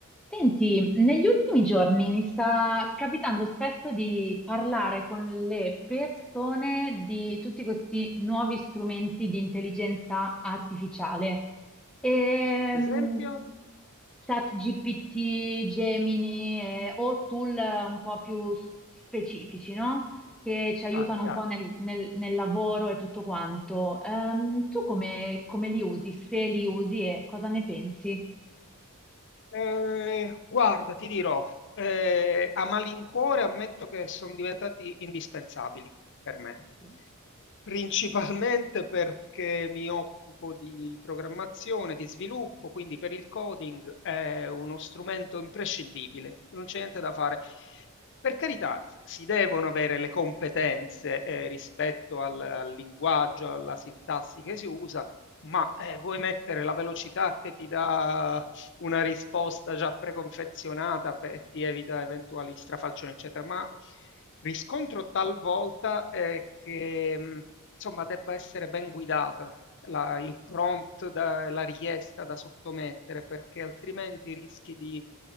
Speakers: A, in the centre; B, on the left.
A: Senti, negli ultimi giorni mi sta capitando spesso di parlare con le persone di tutti questi nuovi strumenti di intelligenza artificiale. Ehm,
B: Ad esempio?
A: ChatGPT, Gemini, eh, o tool eh, un po' più s- specifici, no? Che ci aiutano
B: Chiaro, chiaro.
A: un po' nel, nel- nel lavoro e tutto quanto. Ehm, tu come, come li usi? Se li usi e cosa ne pensi?
B: Ehm, guarda, ti dirò, ehm, a malincuore ammetto che son diventati indispensabili per me.
A: Sì.
B: Principalmente <laughs> perché mi occupo di programmazione, di sviluppo, quindi per il coding è uno strumento imprescindibile, non c'è niente da fare. Per carità, s si devono avere le competenze, ehm, rispetto al al linguaggio, alla sintassi che si usa, ma, ehm, vuoi mettere la velocità che ti dà una risposta già preconfezionata e ti evita eventuali strafalcioni, eccetera. Ma riscontro talvolta è che mh, insomma debba essere ben guidata la, il prompt, da- la richiesta da sottomettere, perché altrimenti rischi di